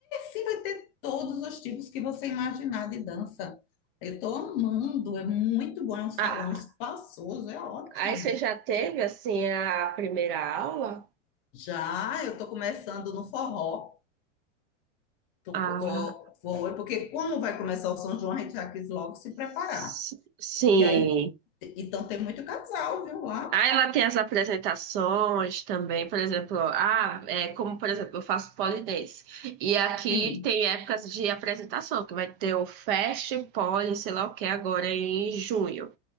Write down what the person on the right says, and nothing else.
Ah,
aí você já teve assim a primeira aula?
Ah,
s-
sim.
Ah, ela tem as apresentações também, por exemplo, ah, é, como por exemplo, eu faço pole dance. E aqui
tem épocas de apresentação, que vai ter o Fast Pole, sei lá o que, agora em junho.